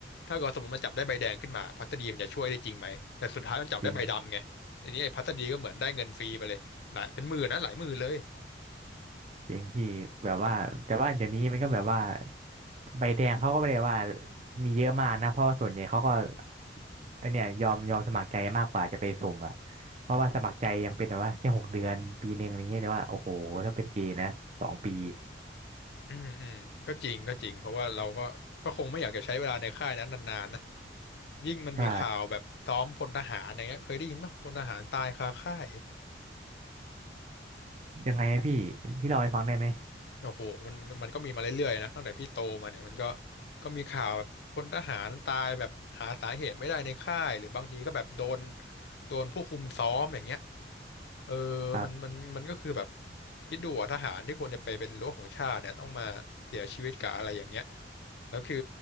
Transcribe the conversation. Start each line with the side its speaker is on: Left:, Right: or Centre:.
Left: ถ้าเกิดสมมติมันจับได้ใบแดงขึ้นมาพัสดีมันจะช่วยได้จริงไหมแต่สุดท้ายมันจับได้ใบดำไงทีนี้ไอ้พัสดีก็เหมือนได้เงินฟรีไปเลยหลายเป็นหมื่นนะหลายหมื่นเลย
Right: จริงจริงพี่แบบว่าแต่ว่าเดี๋ยวนี้มันก็แบบว่าใบแดงเขาก็ไม่ได้ว่ามีเยอะมากนะเพราะว่าส่วนใหญ่เขาก็ไอเนี่ยยอมยอมสมัครใจมากกว่าจะไปสุ่มอ่ะเพราะว่าสมัครใจยังเป็นแบบว่าแค่หกเดือนปีหนึ่งอะไรเงี้ยแต่ว่าโอ้โหถ้าเป็นเกณฑ์นะสองปี
Left: อืมอืมก็จริงก็จริงเพราะว่าเราก็ก็คงไม่อยากจะใช้เวลาในค่ายนั้นนานๆนะยิ่งมันมีข่าวแบบซ้อมพลทหารอย่างเงี้ยเคยได้ยินป่ะพลทหารตายคาค่าย
Right: ใช่ยังไงพี่พี่เล่าให้ฟังได้ไหม
Left: โอ้โหมันมันก็มีมาเรื่อยๆนะตั้งแต่พี่โตมาเนี่ยมันก็ก็มีข่าวแบบพลทหารตายแบบหาสาเหตุไม่ได้ในค่ายหรือบางทีก็แบบโดนโดนผู้คุมซ้อมอย่างเงี้ย เออ
Right: ครับ
Left: มันมันมันก็คือแบบคิดดูอะทหารที่ควรจะไปเป็นรั้วของชาติเนี่ยต้องมาเสียชีวิตกับอะไรอย่างเงี้ยแล้วคือ